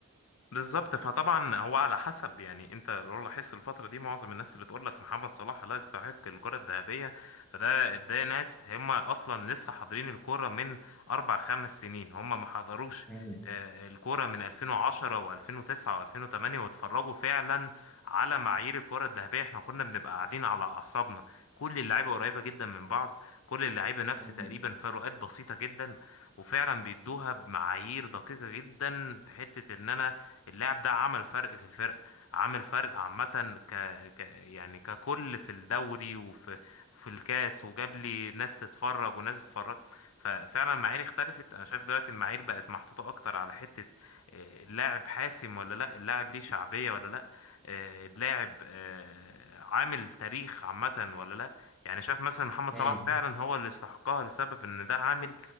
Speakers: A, on the left; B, in the centre.
A: بالظبط فطبعا هو على حسب يعني انت لو لاحظت الفتره دي معظم الناس اللي تقول لك محمد صلاح لا يستحق الكره الذهبيه فده ده ناس هم اصلا لسه حاضرين الكوره من اربع خمس سنين هم ما حضروش
B: مم.
A: آه، الكوره من 2010 و2009 و2008 واتفرجوا فعلا على معايير الكره الذهبيه احنا كنا بنبقى قاعدين على اعصابنا كل اللعيبه قريبه جدا من بعض كل اللعيبه نفس
B: مم.
A: تقريبا فروقات بسيطه جدا وفعلا بيدوها بمعايير دقيقه جدا في حته ان انا اللاعب ده عمل فرق في الفرقة عامل فرق عامة ك... ك يعني ككل في الدوري وفي في الكاس وجاب لي ناس تتفرج وناس تتفرج ففعلا المعايير اختلفت انا شايف دلوقتي المعايير بقت محطوطة اكتر على حتة آه، اللاعب حاسم ولا لا اللاعب ليه شعبية ولا لا آه، اللاعب آه، عامل تاريخ عامة ولا لا يعني شايف مثلا محمد صلاح
B: امم
A: فعلا هو اللي استحقها لسبب ان ده عامل